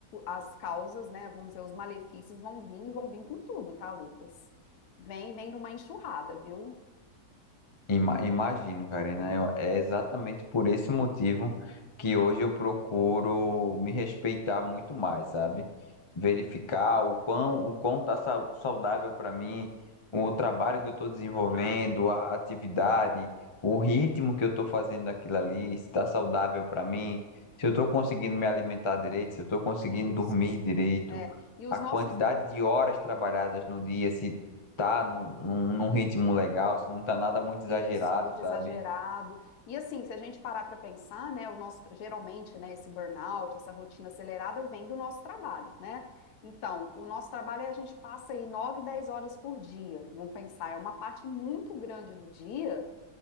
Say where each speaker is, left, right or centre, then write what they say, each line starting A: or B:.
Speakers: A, on the left; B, on the left.
A: as causas, né? Vamos dizer, os malefícios vão vir e vão vir com tudo, tá, Lucas? Vem, vem numa enxurrada, viu?
B: Ima- imagino, Karina. eu- é exatamente por esse motivo que hoje eu procuro me respeitar muito mais, sabe? Verificar o quão, o quão tá sau- saudável para mim, o trabalho que eu estou desenvolvendo, a atividade, o ritmo que eu estou fazendo aquilo ali, se está saudável para mim, se eu estou conseguindo me alimentar direito, se eu estou conseguindo
A: Isso.
B: dormir direito,
A: É, e os
B: a
A: nossos
B: quantidade de horas trabalhadas no dia, se tá num, num num ritmo legal, se não tá nada muito exagerado,
A: isso, muito
B: sabe?
A: exagerado. E assim, se a gente parar para pensar, né, o nosso geralmente, né, esse burnout, essa rotina acelerada vem do nosso trabalho, né? Então, o nosso trabalho é a gente passa aí 9 10 horas por dia. Vamos pensar, é uma parte muito grande do dia